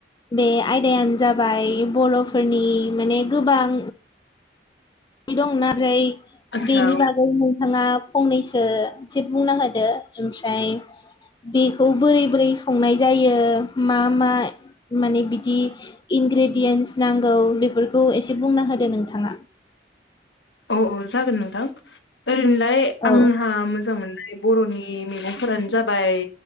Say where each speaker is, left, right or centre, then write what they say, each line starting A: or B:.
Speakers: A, on the left (about 25°); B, on the left (about 80°).
A: बे आयदायानो जाबाय बर'फोरनि माने गोबां दंना फ्राय
B: आतसा
A: बेनि
B: औ
A: बागै नोंथाङा फंनैसो इसे बुंना होदो ओमफ्राय बेखौ बोरै-बोरै संनाय जायो मा मा माने बिदि इनग्रेडियेन्स नांगौ बेफोरखौ एसे बुंना होदो नोंथाङा।
B: औ-औ जागोन नोंथां ओरैनोलाय
A: औ
B: आंहा मोजां मोननाय बर'नि मैगंफोरानो जाबाय